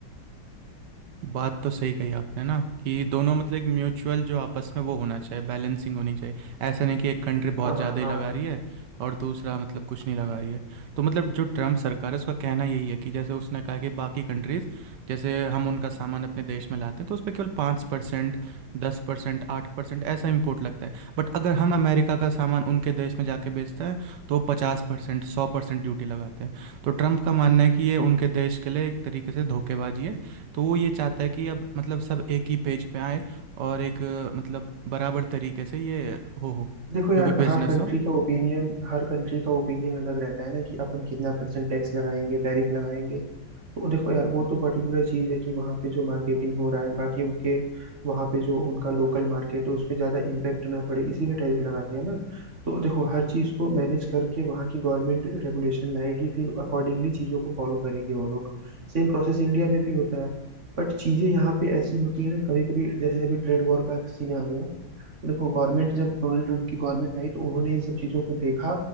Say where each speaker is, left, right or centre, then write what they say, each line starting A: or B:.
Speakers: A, on the right; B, on the right.
A: बात तो सही कही आपने ना कि दोनों मतलब एक म्यूचुअल जो आपस में वो होना चाहिए बैलेंसिंग होनी चाहिए ऐसा नहीं कि एक कंट्री बहुत
B: हाँ हाँ
A: ज़्यादा ही
B: हाँ
A: लगा रही है और दूसरा मतलब कुछ नहीं लगा रही है तो मतलब जो ट्रम्प सरकार है उसका कहना यही है कि जैसे उसने कहा कि बाकी कंट्रीज़ जैसे हम उनका सामान अपने देश में लाते हैं तो उस पर केवल पाँच परसेंट दस परसेंट आठ परसेंट ऐसा इम्पोर्ट लगता है बट अगर हम अमेरिका का सामान उनके देश में जाके बेचते हैं तो पचास परसेंट सौ परसेंट ड्यूटी लगाते हैं तो ट्रम्प का मानना है कि ये उनके देश के लिए एक तरीके से धोखेबाजी है तो वो ये चाहता है कि अब मतलब सब एक ही पेज पे आए और एक अ, मतलब बराबर तरीके से ये हो हो
B: देखो यार
A: जो भी बिजनेस
B: हर कंट्री
A: हो
B: का ओपिनियन हर कंट्री का ओपिनियन अलग रहता है ना कि अपन कितना परसेंट टैक्स लगाएंगे टैरिफ लगाएंगे तो देखो यार वो तो पर्टिकुलर चीज है कि वहाँ पे जो मार्केटिंग हो रहा है बाकी उनके वहाँ पे जो उनका लोकल मार्केट है उस पर ज्यादा इम्पेक्ट ना पड़े इसीलिए टैरिफ लगाते हैं ना तो देखो हर चीज को मैनेज करके वहाँ की गवर्नमेंट रेगुलेशन लाएगी फिर अकॉर्डिंगली चीजों को फॉलो करेंगे वो लोग सेम प्रोसेस इंडिया में भी होता है बट चीजें यहाँ पे ऐसी होती है ना कभी कभी जैसे अभी ट्रेड वॉर का सीन आ गया तो देखो गवर्नमेंट जब डोनाल्ड ट्रंप की गवर्नमेंट आई तो उन्होंने इन सब चीजों को देखा